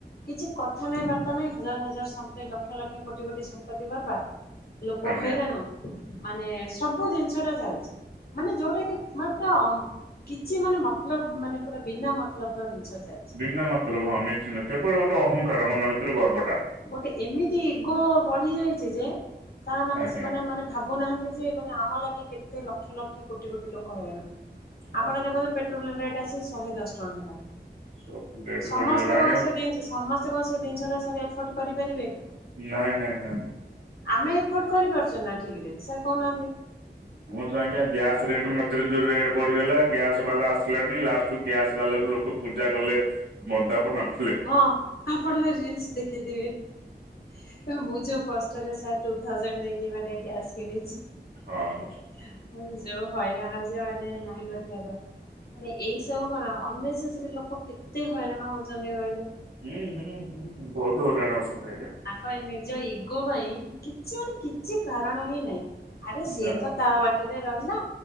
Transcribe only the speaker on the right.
ଆଜ୍ଞା।
ବିନା ମତଲବ ହଁ ନିଶ୍ଚିନ୍ତ କେବଳ ଗୋଟେ ଅହଂଙ୍କାର ମନ ଭିତରେ ଗର୍ବଟା
ଆଜ୍ଞା।
ହଁ
ସବୁ ରେଟ୍
ବଢିଗଲା ଆଜ୍ଞା
ନାଇଁ ନାଇଁ ନାଇଁ।
ମୁଁ ତ ଆଜ୍ଞା ଗ୍ୟାସ୍ ରେଟ୍ ମଝିରେ ଯୋଉ ରେଟ୍ ବଢିଗଲା ଗ୍ୟାସ ବାଲା ଆସିଲାଣିି ଲାଷ୍ଟୁ ଗ୍ୟାସ୍ ବାଲାକୁ ଲୋକ ପୂଜା କଲେ ମନ୍ଦାପନା କଲେ
ହଁ
ହୁଁ ହୁଁ ହୁଁ ହୁଁ ବହୁତ ହଇରାଣ ହଉଛନ୍ତି ଆଜ୍ଞା
ନା